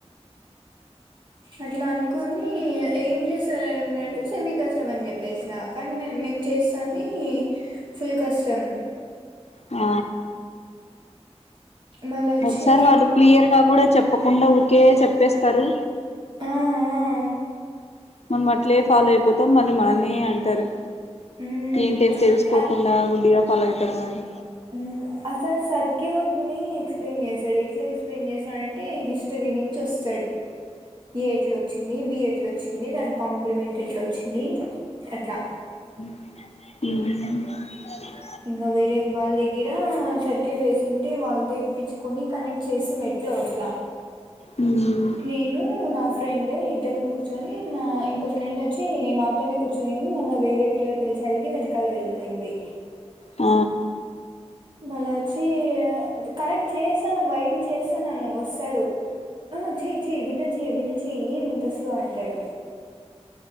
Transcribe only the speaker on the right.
అట్లా అనుకోని ఏం చేస్తారని మీంటే సెమీ కష్టం అని చెప్పేసిన కానీ మేం మే ఏం చేస్తాన్ది ఫుల్ కష్టం
మళ్ళ వచ్చి
ఆ ఆ
మ్మ్
మ్ అసార్ సర్క్యూట్ ని ఎక్స్ప్లెయిన్ చేశాడు ఎట్లా ఎక్స్ప్లెయిన్ చేసాడంటే హిస్టరీ నుంచి వస్తాడు ఎ ఎట్ లోచ్చింది బి ఎట్ లో వచ్చింది దానికి కాంప్లిమెంట్ ఎట్లా వచ్చింది అట్లా
ఇంగ వేరే వాళ్ళ దగ్గిర సర్ <unintelligible> వేసింటే వాళ్ళతో ఇప్పించుకని కనెక్ట్ చేసి మెట్లో వట్లా
నేను నా ఫ్రెండ్ ఇద్దరం కూర్చొని మా ఇంకో ఫ్రెండ్ వచ్చి మాతోనే కూర్చొనింది మన వేరే పిల్ల పిలిచలిగి వెనకాల వెళ్ళిపోయింది
మళ్ళ వచ్చి కనెక్ట్ చేసాను వైరింగ్ చేసానము వస్తాడు ఆ చెయ్ చెయ్ బినా చేయ్ బినా చెయ్ ఏమి ఇంత స్లో అంటాడు